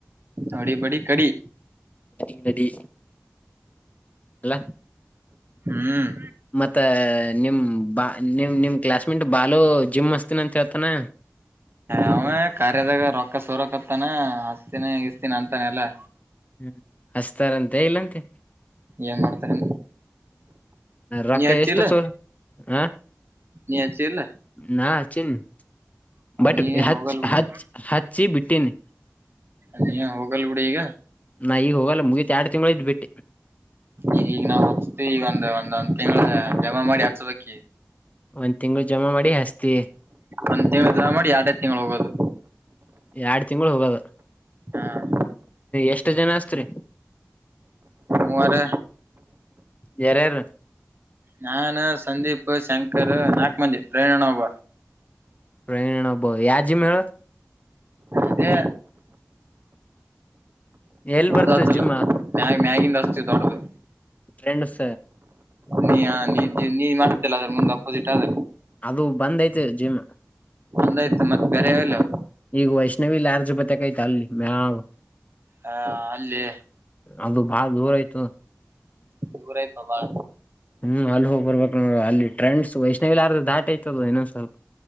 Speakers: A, on the right (about 45°); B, on the left (about 30°).
A: ವಡಿ ಬಡಿ ಕಡಿ.
B: <unintelligible> ಗ ನಡಿ ಅಲ್ಲ
A: ಹ್ಮ್
B: ಮತ್ತ ನಿಮ್ ಬಾ ನಿಮ್ ನಿಮ್ ಕ್ಲಾಸ್ಮೆಂಟ್ ಬಾಲು ಜಿಮ್ ಮಸ್ತನ ಅಂತ ಹೇಳ್ತಾನ.
A: ಅವೇ ಕಾರ್ಯಾದಾಗ ರೊಕ್ಕ ಸೊರಕತ್ತಾನ ಹಸ್ತೀನಿ ಇಸ್ತೀನಿ ಅಂತಾನ ಎಲ್ಲಾ.
B: ಹ್ಮ್ ಹಸ್ತಾರಂತೆ ಇಲ್ಲಂತೆ.
A: ಏನ್ ಮಾಡ್ತಾರೆ.
B: ರೊಕ್ಕ
A: ನೀಯಚಿಲ್ಲ
B: ಎಷ್ಟು ಸೋ ಹ
A: ನೀಯಚಿಲ್ಲ.
B: ನಾ ಹಚ್ಚಿನಿ ಬಟ್
A: ನೀ
B: ಹಚ್
A: ಹೋಗಲ್ ಬಿಡು
B: ಹಚ್ ಹಚ್ಚಿ ಬಿಟ್ಟೀನಿ.
A: ಅದ ಈ ಹೋಗಲ್ ಗುಡಿ ಈಗ.
B: ನಾ ಈಗ ಹೋಗಲ್ಲ ಮುಗಿತತ್ ಎರಡು ತಿಂಳ ಇದ್ ಬಿಟ್ಟಿ.
A: ಈ ಈಗ ನಾವು ಹಚ್ತಿೀವಿ ಈಗ ಒಂದ್ ಒಂದ್ ಒಂದ್ ತಿಂಗಳ ಜಮಾ ಮಾಡಿ ಹಚ್ಚದಕಿ
B: ಒಂದ್ ತಿಂಗಗಳು ಜಮಾ ಮಾಡಿ ಹಸ್ತಿ.
A: ಅ ತಿಂ ಮಾಡಿ ಎರಡ ತಿಂಗಳು ಹೋಗೋದು.
B: ಎರಡ್ ತಿಂಗಳು ಹೋಗದು
A: ಹ
B: ಎಷ್ಟ ಜನ ಅಸ್ತ್ರಿ.
A: ಹೂವರ್.
B: ಯಾರ ಯಾರ.
A: ನಾನ್ ಸಂದೀಪ್ ಶಂಕರ್ ನಾಲ್ಕು ಮಂದಿ ಪ್ರೇರಣಾ ಒಬ.
B: ಪ್ರೇರಣಾ ಒಬಾವ್ ಯಾ ಜಿಮ ಹೇಳ್.
A: ಅದೇ.
B: ಎಲ್ ಬರ್ತ
A: ಅದ ಅತುಲ್
B: ಜಿಮ್
A: ಮ್ಯ ಮ್ಯಗಿಂದ ಆಸ್ತಿ ದೊಡದು.
B: ಟ್ರೆಂಡ್ಸ್
A: ನೀ ನೀ ಮಾಡ್ತಲ್ಲ ಅದ್ರ ಮುಂದ್ ಅಪೋಸಿಟ್ ಆದ.
B: ಅದು ಬಂದ್ ಐತೆ ಜಿಮ್.
A: ಒಂದ ಆಯ್ತಾ ಮತ್ತ ಬ್ಯಾರೆಯಲ್ಲವ.
B: ಈಗ ವೈಷ್ಣವಿ ಲಾರ್ಜ್ ಬತೆ ಕೈತ ಅಲ್ಲಿ ಮ್ಯಾಗ.
A: ಹಾ ಅಲ್ಲೇ.
B: ಅದು ಬಾಳ ದೂರ ಆಯ್ತುದು.
A: ದೂರ ಆಯ್ತುದು ಬಾಳ
B: ಹ್ಮ್ ಅಲ್ಲಿ ಹೋಗ್ ಬರ್ಬೇಕ ನೋಡ ಅಲ್ಲಿ ಟ್ರೆಂಡ್ ವೈಷ್ಣವಿ ಲಾಡ್ಜ್ ದಾಟಿ ಐತಿ ಆದ ಇನ್ನೊಂದ ಸ್ವಲ್ಪ.